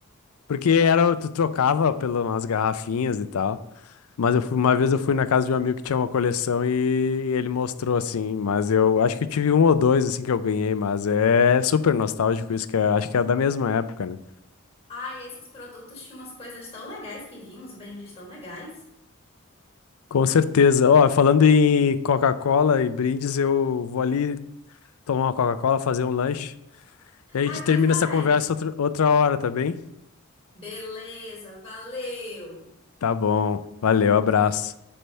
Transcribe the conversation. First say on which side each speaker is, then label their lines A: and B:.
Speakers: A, on the left; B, on the left.
A: Porque era, tu trocava pelas garrafinhas e tal. Mas eu fui, uma vez eu fui na casa de um amigo que tinha uma coleção e ele mostrou assim, mas eu acho que eu tive um ou dois assim que eu ganhei, mas é super nostálgico isso, que é- acho que é da mesma época, né?
B: Ai, esses produtos tinham umas coisas tão legais que vinham, os brindes tão legais.
A: Com certeza. Ó, falando em Coca-Cola e brindes, eu vou ali tomar uma Coca-Cola, fazer um lanche, e a gente
B: Ai,
A: termina
B: pois vai.
A: essa conversa outra, outra hora, tá bem?
B: Beleza, valeu!
A: Tá bom. Valeu, abraço.